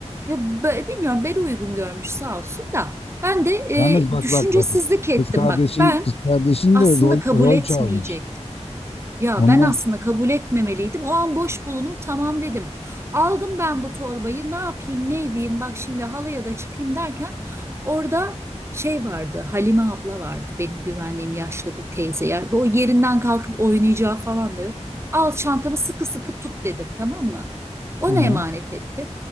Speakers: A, on the right (about 20°); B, on the left (about 55°).
A: Ya be- bilmiyorum, beni uygun görmüş sağ olsun da. Ben de e,
B: Yalnız bak
A: düşüncesizlik
B: bak bak.
A: ettim
B: Kız kardeşin
A: bak. Ben
B: kız kardeşin
A: aslında
B: de rol
A: kabul
B: rol
A: etmeyecek.
B: çalmış.
A: Ya
B: Ondan
A: ben aslında kabul etmemeliydim. O an boş bulundum. Tamam dedim. Aldım ben bu torbayı. Ne yapayım, ne edeyim? Bak şimdi halaya da çıkayım derken orada şey vardı. Halime abla vardı. Benim güvendiğim yaşlı bir teyze. Ya bu yerinden kalkıp oynayacağı falan da yok. Al çantamı sıkı sıkı tut dedim, tamam mı? Ona
B: Ha.
A: emanet ettim.